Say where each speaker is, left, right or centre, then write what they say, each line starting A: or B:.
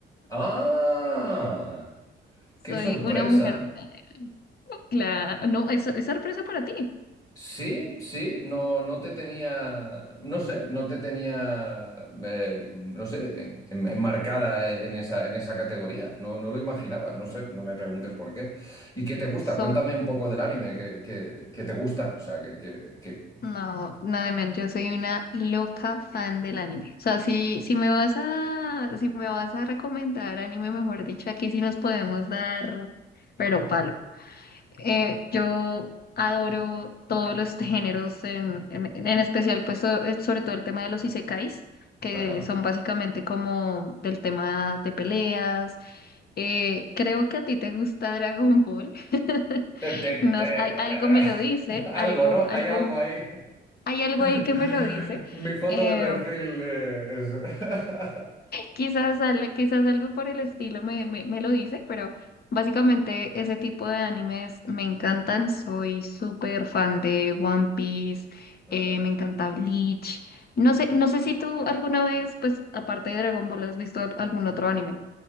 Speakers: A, on the left; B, on the left.
A: ¡Ah!
B: Soy
A: ¡Qué sorpresa!
B: una mujer. <laughs> Claro. No, eso es sorpresa para ti.
A: Sí, sí, no, no te tenía, no sé, no te tenía, eh, no sé, en- enmarcada en esa, en esa categoría. No, no lo imaginaba, no sé, no me preguntes por qué. ¿Y qué te gusta?
B: Soy,
A: Cuéntame un poco del anime, que, que, que te gusta, o sea, que, que, que-
B: no, nada menos, yo soy una loca fan del anime. O sea, si, si me vas a, si me vas a recomendar anime, mejor dicho, aquí sí nos podemos dar, pero palo. Eh, yo adoro todos los géneros, en, en- en especial pues so- eh, sobre todo el tema de los isekais, que
A: Ajá.
B: son básicamente como del tema de peleas. Eh, creo que a ti te gusta Dragon Ball. <laughs>
A: Eh, te-
B: No,
A: te-
B: s- al- algo me lo dice,
A: <laughs> Algo,
B: algo,
A: ¿no?
B: algo,
A: Hay algo ahí.
B: hay algo ahí
A: <laughs>
B: que me lo dice.
A: Mi foto
B: Eh,
A: de perfil, eh, es...
B: Quizás, al- quizás algo por el estilo me, me, me lo dice, pero básicamente ese tipo de animes me encantan. Soy súper fan de One Piece,
A: <laughs>
B: eh,
A: Ajá.
B: me encanta Bleach. No sé, no sé si tú alguna vez, pues aparte de Dragon Ball, has visto al- algún otro anime.